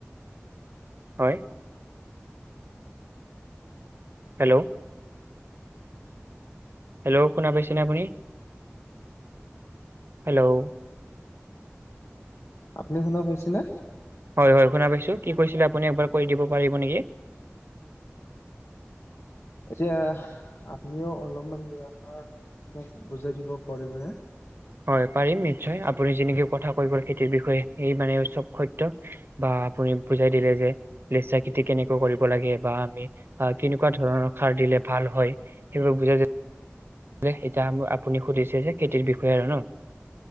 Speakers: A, on the right; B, on the left.
A: হয়। হেল্ল' হেল্ল শুনা পাইছেনে আপুনি? হেল্ল'
B: আপুনি শুনা পাইছে নে?
A: হয় হয়, শুনা পাইছোঁ। কি কৈছিলে আপুনি? এবাৰ কৈ দিব পাৰিব নেকি?
B: এতিয়া আপুনিও অলপমান, দুই-আষাৰ মোক বুজাই দিব পাৰিবনে?
A: হয়, পাৰিম নিশ্চয়। আপুনি যেনেকে কথা কৈ গল খেতিৰ বিষয়ে, সেই মানে চব সত্য। বা আপুনি বুজাই দিলে যে লেচা-খেতি কেনেকৈ কৰিব লাগে, বা আমি কেনেকুৱা ধৰণৰ সাৰ দিলে ভাল হয়। সেইবোৰ বুজা যায়। <unintelligible> এতিয়া আপুনি সুধিছে যে খেতিৰ বিষয়ে আৰু ন?